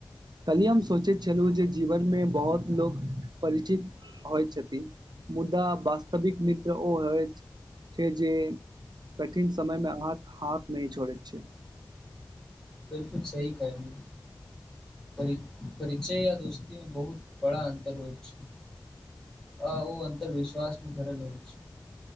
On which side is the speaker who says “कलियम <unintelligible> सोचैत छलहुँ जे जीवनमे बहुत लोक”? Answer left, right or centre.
Right